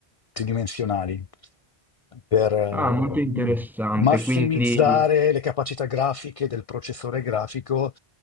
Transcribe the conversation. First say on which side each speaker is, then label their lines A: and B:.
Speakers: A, on the left (about 45°); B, in the centre.
A: tridimensionali, per eh,
B: Ah, molto interessante.
A: massimizzare
B: Quindi
A: le capacità grafiche del processore grafico